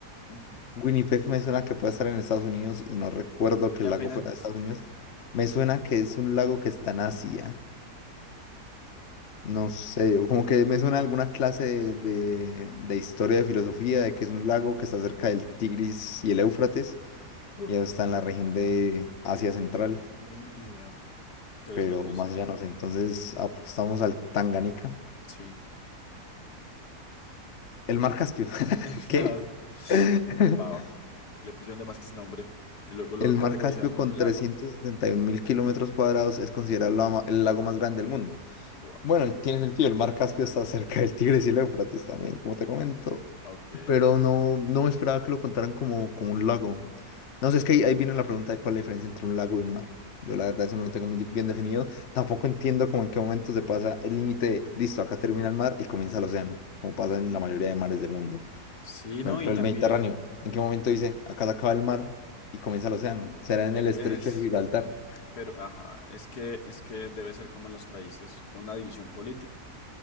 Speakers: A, on the left; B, on the left.
A: Ujú.
B: Winnipeg me suena que puede estar en Estados Unidos y no recuerdo que
A: Y
B: el
A: apenas.
B: lago fuera de Estados Unidos. Me suena que es un lago que está en Asia. No sé, o como que me suena alguna clase de, de, de historia, de filosofía, de que es un lago que está cerca del Tigris y el Éufrates,
A: Uh,
B: y eso está en la región de Asia Central,
A: Ni idea. Entonces
B: pero
A: no, no
B: más
A: sé.
B: allá no sé. Entonces apostamos al Tanganica.
A: Sí.
B: El mar Caspio. <laughs>
A: <laughs>
B: ¿Qué? <laughs>
A: Wow. Le pusieron de más que ese nombre. Y luego lo
B: El
A: categorizaron
B: mar Caspio
A: como
B: con
A: un
B: 371
A: lago.
B: mil kilómetros cuadrados es considerado la ma- el lago más grande del mundo.
A: Wow.
B: Bueno, tiene sentido, el mar Caspio está cerca del Tigris y el Éufrates también, como te comento,
A: Ok.
B: pero no, no me esperaba que lo contaran como, como un lago. No sé, es que ahí, ahí viene la pregunta de cuál es la diferencia entre un lago y un mar. Yo la verdad eso no lo tengo muy di- bien definido. Tampoco entiendo como en qué momento se pasa el límite, de, listo, acá termina el mar y comienza el océano, como pasa en la mayoría de mares del mundo.
A: Sí,
B: Por
A: no,
B: ejemplo,
A: y también
B: el Mediterráneo. ¿En
A: mm,
B: qué momento dice, acá se acaba el mar y comienza el océano?
A: de-
B: ¿Será
A: e-
B: en el estrecho
A: es,
B: de Gibraltar?
A: pero ajá, es que es que debe ser como en los países, una división política.